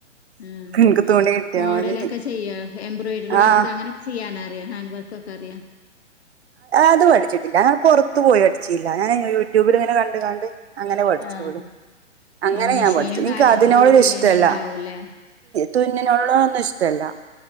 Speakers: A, on the left; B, on the right.
A: ആ
B: എനിക്ക് തുണി കിട്ടിയാ
A: മോഡലൊക്കെ
B: മതി
A: ചെയ്യ എംബ്രോയിഡറി
B: ആഹ്
A: വർക്ക് അങ്ങനെൊക്കെ ചെയ്യാനറിയോ ഹാൻഡ് വർക്ക് ഒക്കെ അറിയോ
B: അത് പഠിച്ചിട്ടില്ല പുറത്തു പോയി പഠിച്ചില്ല ഞാൻ യൂട്യൂബിൽ ഇങ്ങനെ കണ്ട് കാണ്ട് അങ്ങനെ പഠിച്ചൊള്ളു
A: ആഹ്
B: അങ്ങനെ
A: ആഹ് മെഷീനും
B: ഞാൻ പഠിച്ചു എനിക്ക്
A: കാര്യങ്ങളും
B: അതിനോടൊരു
A: വീട്ടിലന്നെ
B: ഇഷ്ടല്ല
A: ഉണ്ടാവൂല്ലേ
B: തുന്നിനോടുന്നും ഇഷ്ടമല്ല